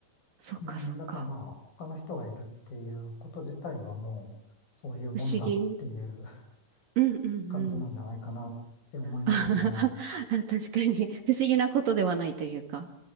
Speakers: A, on the right; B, on the left.
A: あ、そっかそっか。
B: うん、だからまあ、他の人がいるっていうこと自体はもう、そういうもんだっていう
A: 不思議。
B: <laughs>
A: うんうんうん。
B: 感じなんじゃないかなって思いますね。
A: <laughs> あははは確かに、不思議なことではないというか。